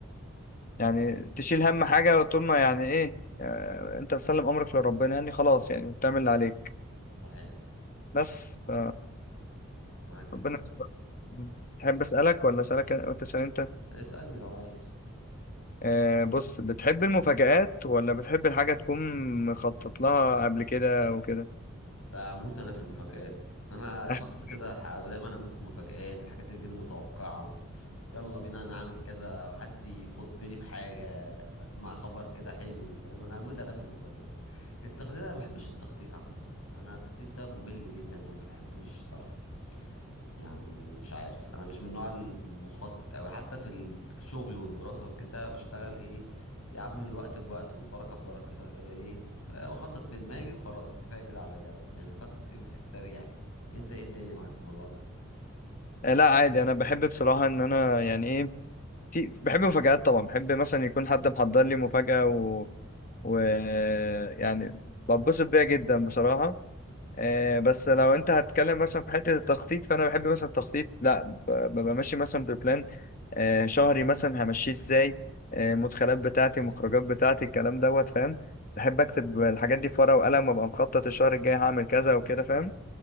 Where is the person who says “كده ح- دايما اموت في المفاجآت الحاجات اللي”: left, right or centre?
Left